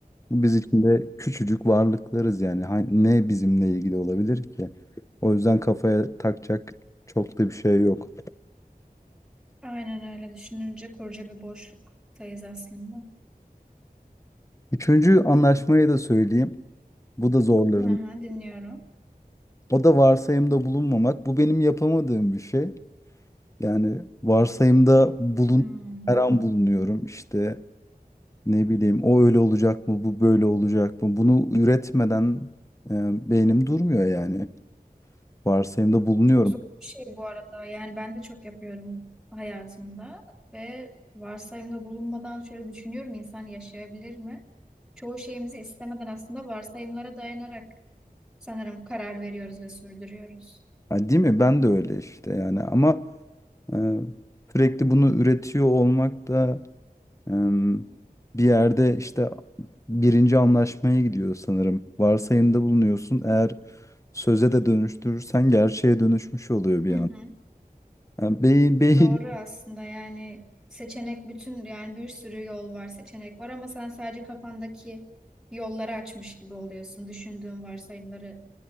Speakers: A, on the left (about 20°); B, in the centre.
A: biz içinde küçücük varlıklarız yani. Ha- Ne bizimle ilgili olabilir ki? O yüzden kafaya takacak çok da bir şey yok.
B: Aynen öyle düşününce koca bir boşluktayız aslında.
A: Üçüncü anlaşmayı da söyleyeyim. Bu da zorların.
B: Hı hı, dinliyorum.
A: O da varsayımda bulunmamak. Bu benim yapamadığım bir şey. Yani varsayımda bulun
B: Hmm.
A: her an bulunuyorum. İşte ne bileyim o öyle olacak mı, bu böyle olacak mı? Bunu üretmeden e, beynim durmuyor yani. varsayımda bulunuyorum.
B: Çok zor bir şey bu arada. Yani ben de çok yapıyorum hayatımda ve varsayımda bulunmadan şöyle düşünüyorum insan yaşayabilir mi? Çoğu şeyimizi istemeden aslında varsayımlara dayanarak sanırım karar veriyoruz ve sürdürüyoruz.
A: Ha, değil mi? Ben de öyle işte yani ama e, sürekli bunu üretiyor olmak da e, bir yerde işte birinci anlaşmaya gidiyor sanırım. Varsayımda bulunuyorsun. Eğer söze de dönüştürürsen gerçeğe dönüşmüş oluyor bir
B: Hı
A: an.
B: hı.
A: Yani beyin, beyin,
B: Doğru aslında yani seçenek bütün yani bir sürü yol var seçenek var ama sen sadece kafandaki yolları açmış gibi oluyorsun. Düşündüğün varsayımları